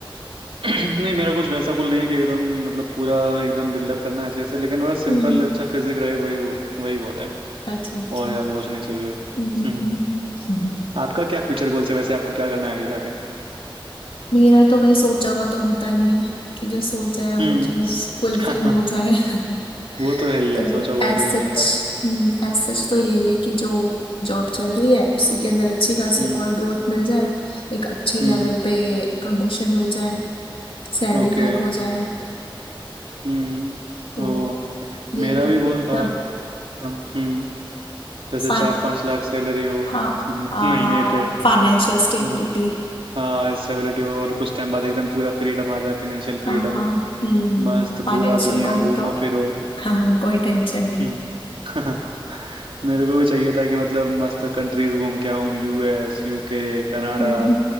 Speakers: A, on the right (about 80°); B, on the left (about 80°).
A: <clears throat> नहीं मेरा कुछ वैसा कुल नहीं है कि एकदम मतलब पूरा एकदम बिल्डअप करना है अच्छे से लेकिन बस सिंपल
B: हम्म
A: अच्छा फिजिक रहे वही वो वही बहुत है
B: अच्छा अच्छा
A: और ज्यादा कुछ नहीं चाहिए
B: हम्म।
A: हम्म
B: हम्म।
A: आपका क्या फ्यूचर गोल्स है वैसे आपको क्या करना है आगे जाके
B: मेरा तो भाई सोचा हुआ तो होता नहीं है कि जो सोचा है वो
A: हम्म
B: चीज फुलफिल
A: <laughs> हाँ हाँ
B: हो जाए <laughs>
A: वो तो है ही है
B: तो
A: सोचा हुआ
B: एज
A: कभी
B: सच
A: नहीं होता
B: एज सच तो यही है कि जो जॉब चल रही है उसी के अंदर अच्छी खासी
A: हम्म
B: और ग्रोथ मिल जाए एक अच्छे
A: हम्म
B: लेवल पे प्रमोशन मिल जाए सैलरी
A: ओके
B: हाइक हो जाए
A: हम्म
B: तो
A: ओ
B: ये
A: मेरा
B: है,
A: भी
B: मतलब
A: गोल था हम- हम्म जैसे
B: फाइन
A: चार पांच लाख सैलरी हो
B: हाँ
A: <laughs>
B: हाँ हाँ
A: महीने पे
B: फाइनेंशियल
A: हाँ।
B: स्टेबिलिटी
A: हाँ स्टेबिलिटी हो और कुछ टाइम बाद एकदम पूरा फ्रीडम आ जाए फाइनेंशियल फ्रीडम
B: हाँ हाँ हम्म
A: मस्त
B: फाइनेंशियल
A: पूरा दुनिया
B: गोल
A: घूमो
B: तो
A: फिरो
B: हाँ कोई टेंशन नहीं
A: हम्म <laughs> मेरे को भी चाहिए था कि मतलब मस्त कंट्रीज घूम के आऊँ यूएस यूके कनाडा
B: हम्म